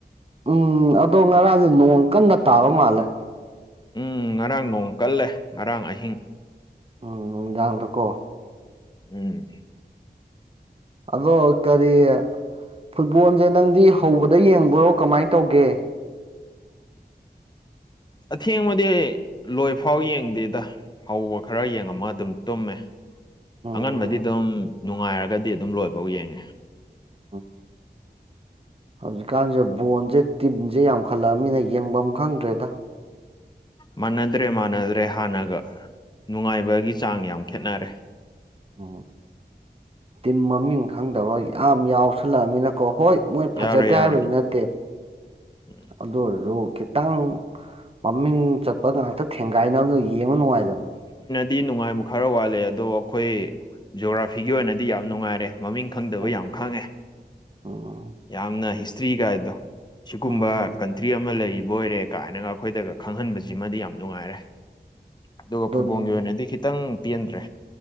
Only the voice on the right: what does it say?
ꯎꯝ ꯑꯗꯣ ꯉꯔꯥꯡꯁꯦ ꯅꯣꯡ ꯀꯟꯅ ꯇꯥꯕ ꯃꯥꯜꯂꯦ
ꯎꯝ ꯅꯨꯡꯗꯥꯡꯗꯀꯣ
ꯑꯗꯣ ꯀꯔꯤ ꯐꯨꯠꯕꯣꯜꯁꯦ ꯅꯪꯗꯤ ꯍꯧꯕꯗ ꯌꯦꯡꯕ꯭ꯔꯣ ꯀꯃꯥꯏꯅ ꯇꯧꯒꯦ
ꯎꯝ
ꯑꯣ ꯍꯧꯖꯤꯛꯀꯥꯟꯁꯦ ꯕꯣꯣꯟꯁꯦ ꯇꯤꯤꯟꯁꯦ ꯌꯥꯝꯈꯠꯂꯛꯑꯕꯅꯤꯅ ꯌꯦꯡꯐꯝ ꯈꯪꯗ꯭ꯔꯦꯗ
ꯎꯝ ꯇꯤꯝ ꯃꯃꯤꯡ ꯈꯪꯗꯕ ꯌꯥꯝ ꯌꯥꯎꯁꯜꯂꯛꯑꯃꯤꯅꯀꯣ ꯍꯣꯏ ꯃꯣꯏ
ꯐꯖꯗꯦ
ꯍꯥꯏꯕꯗꯤ ꯅꯠꯇꯦ
ꯑꯗꯨ ꯑꯣꯏꯔꯁꯨ ꯈꯤꯇꯪ ꯃꯃꯤꯡ ꯆꯠꯄ ꯉꯥꯛꯇ ꯊꯦꯡꯒꯥꯏꯅꯕꯅ ꯌꯦꯡꯕ ꯅꯨꯡꯉꯥꯏꯗꯅ
ꯎꯝ
ꯎꯝ
ꯎꯝ
ꯑꯗꯨꯅꯤ